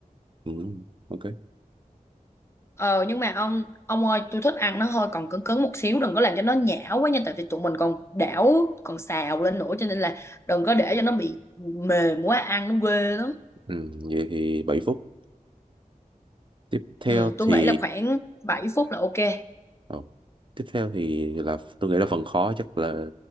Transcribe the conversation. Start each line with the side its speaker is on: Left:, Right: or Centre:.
Right: ừ. ok
Left: ờ nhưng mà ông ông ơi tôi thích ăn nó hơi còn cứng cứng một xíu đừng có làm cho nó nhão quá nha tại vì tụi mình còn đảo còn xào lên nữa cho nên là đừng có để cho nó bị mềm quá ăn nó ghê lắm
Right: ừ. vậy thì bảy phút tiếp theo
Left: Ừ, tôi
Right: thì
Left: nghĩ là khoảng 7 phút là ok.
Right: Ồ. Tiếp theo thì là tôi nghĩ là phần khó chắc là